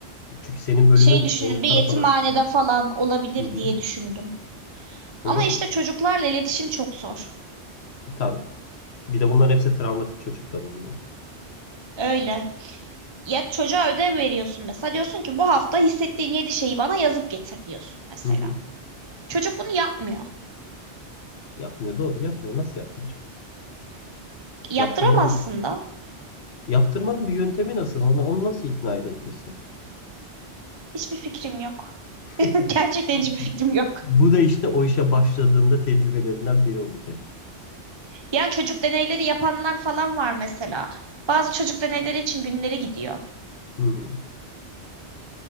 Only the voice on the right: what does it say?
Şey düşündüm.
Bir
yetimhanede
falan olabilir
diye düşündüm.
Ama işte çocuklarla iletişim çok zor.
Öyle. Ya çocuğa ödev veriyorsun mesela. Diyorsun ki bu hafta hissettiğin yedi şeyi bana yazıp getir diyorsun mesela.
Çocuk bunu yapmıyor.
Yaptıramazsın
da.
Hiçbir fikrim yok.
<laughs> Gerçekten hiçbir fikrim yok.
Yani çocuk deneyleri yapanlar falan var mesela. Bazı çocuk deneyleri için günleri gidiyor.